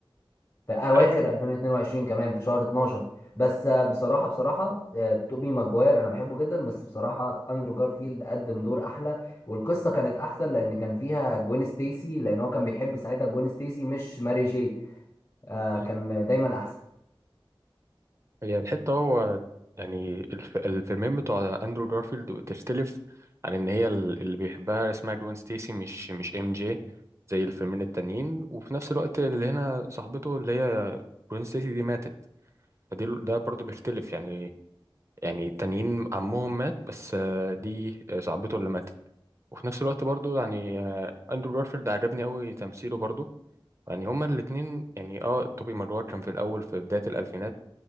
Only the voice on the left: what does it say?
في اواخر
2022 كمان في شهر 12 بس آه، بصراحة بصراحة آه، توبي ماجواير انا بحبه جدا بس بصراحة اندرو جارفيلد قدم دور احلى والقصة كانت احسن لان كان فيها جوين ستيسي لان هو كان بيحب ساعتها جوين ستيسي مش ماري جي آه،
كان دايما احسن